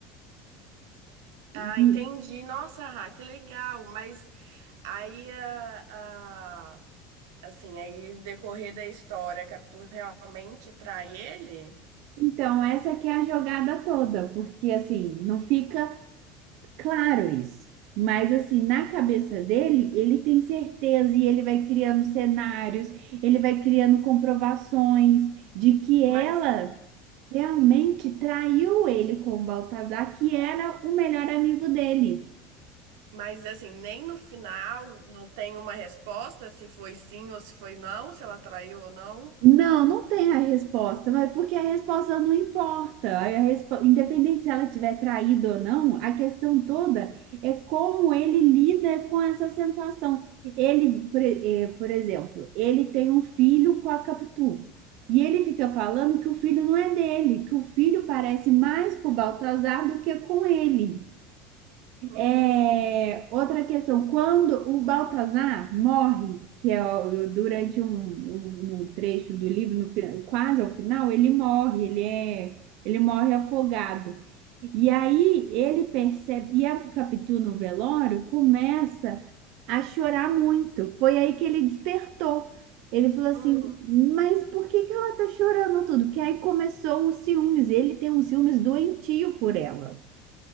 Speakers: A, on the right; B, on the right.
A: E,
B: Ah, entendi. Nossa, Rá, que legal. Mas aí, a, a- assim, aí o decorrer da história, a Capitu realmente trai ele?
A: então, essa que é a jogada toda, porque assim, não fica Claro isso. Mas assim, na cabeça dele, ele tem certeza e ele vai criando cenários, ele vai criando comprovações de que
B: Mas,
A: ela realmente traiu ele com o Baltazar, que era o melhor amigo dele.
B: mas, assim, nem no final não tem uma resposta se foi sim ou se foi não, se ela traiu ou não?
A: Não, não tem a resposta, mas porque a resposta não importa. A respo- Independente se ela tiver traído ou não, a questão toda é como ele lida com essa sensação. Ele, por, eh, por exemplo, ele tem um filho com a Capitu. E ele fica falando que o filho não é dele, que o filho parece mais com o Baltazar do que com ele.
B: Hum.
A: É, outra questão, quando o Baltazar morre, que é o- durante um, um- um trecho do livro, no fi- quase ao final, ele morre, ele é, ele morre afogado. E aí ele percebe, e a Capitu no velório começa a chorar muito. Foi aí que ele despertou. Ele falou assim,
B: hum.
A: mas por que que ela tá chorando tudo? Porque aí começou os ciúmes, ele tem uns ciúmes doentio por ela.